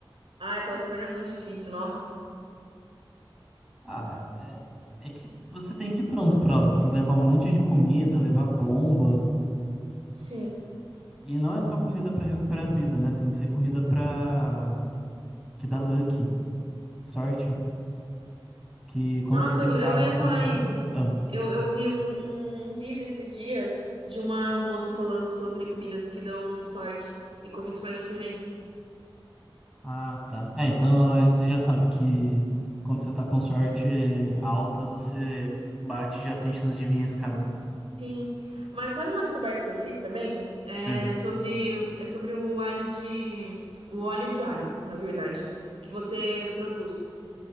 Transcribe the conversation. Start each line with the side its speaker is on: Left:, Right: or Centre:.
Right: Ah, aquela caverna é muito difícil, nossa.
Centre: Ah, é, é que você tem que ir pronto pra lá. Você tem que levar um monte de comida, levar bomba.
Right: Sim.
Centre: E não é só comida pra recuperar a vida, né? Tem que ser comida pra. que dá luck, sorte. Que quando
Right: Nossa,
Centre: você
Right: eu,
Centre: cava
Right: eu ia
Centre: com
Right: falar
Centre: sorte.
Right: isso.
Centre: Ah,
Right: Eu, eu vi um, um, um vídeo esses dias de uma moça falando sobre comidas que dão sorte e como isso faz diferença.
Centre: ah, tá. É, então aí você já sabe que quando você tá com sorte alta, você bate e já tem chance de vir a escada.
Right: Sim, mas sabe uma descoberta que eu fiz também? É
Centre: Hum.
Right: sobre, é sobre o alho de, o óleo de alho, na verdade, que você produz.